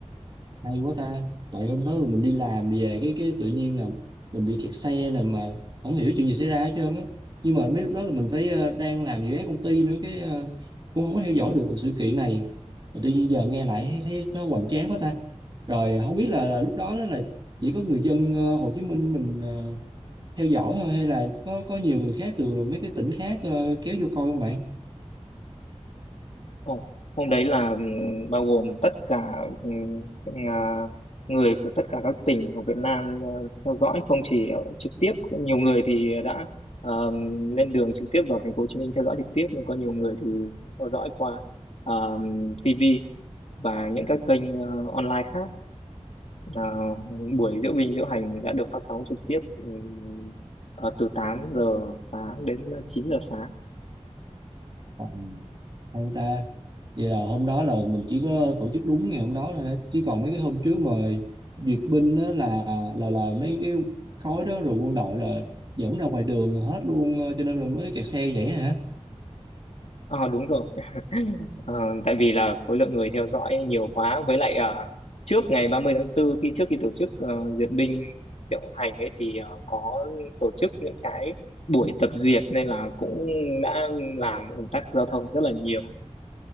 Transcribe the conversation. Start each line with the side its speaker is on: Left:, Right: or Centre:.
Right: hay quá ta tại hôm đó mình đi làm về cái cái tự nhiên là mình bị kẹt xe nè mà không hiểu chuyện gì xảy ra hết trơn á nhưng mà mấy lúc đó là mình phải ờ, đang làm dự án công ty nữa cái ờ, cũng không có theo dõi được sự kiện này mà tự nhiên giờ nghe lại thấy, thấy nó hoành tráng quá ta rồi không biết là, là lúc đó đó là chỉ có người dân ờ, Hồ Chí Minh mình ờ, theo dõi thôi hay là có có nhiều người khác từ mấy cái tỉnh khác ờ, kéo vô coi không
Left: Ồ, hôm đấy là ừm, bao gồm tất cả ừm, à, người của tất cả các tỉnh của Việt Nam ờ, theo dõi không chỉ ở trực tiếp nhiều người thì đã ờm, lên đường trực tiếp vào thành phố Hồ Chí Minh theo dõi trực tiếp nhưng có nhiều người thì theo dõi qua ờm, TV và những các kênh ờ, online khác Là buổi diễu binh diễu hành đã được phát sóng trực tiếp ừm, ờ, từ 8 giờ sáng đến chín giờ sáng
Right: bạn hay ta vậy là hôm đó là mình chỉ có tổ chức đúng ngày hôm đó thôi hả? chứ còn mấy cái hôm trước mà duyệt binh đó là là là mấy cái khói đó rồi quân đội là dẫn ra ngoài đường hết luôn ờ, cho nên là mới kẹt xe vậy hả
Left: À, đúng rồi. <laughs> Ờ, tại vì là khối lượng người theo dõi nhiều quá với lại ờ, trước ngày 30 tháng 4 khi trước khi tổ chức ờ, duyệt binh diễu hành ấy thì ờ, có tổ chức những cái buổi tập duyệt nên là cũng đã làm ùn tắc giao thông rất là nhiều